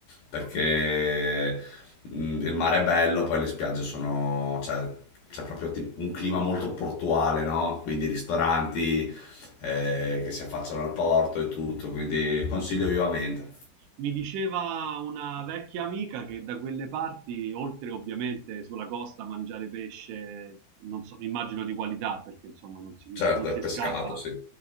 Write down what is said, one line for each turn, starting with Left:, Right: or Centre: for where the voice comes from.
Left: perché
Right: Ok.
Left: mh, il mare è bello, poi le spiagge sono, cioè, c'è proprio tip- un clima molto portuale, no? Quindi ristoranti eh, che si affacciano al porto e tutto, quindi consiglio vivamente.
Right: Mi diceva una vecchia amica che da quelle parti, oltre ovviamente sulla costa, mangiare pesce, non so, immagino di qualità, perché insomma non si,
Left: Certo,
Right: non si
Left: è pescato,
Right: scappa,
Left: sì.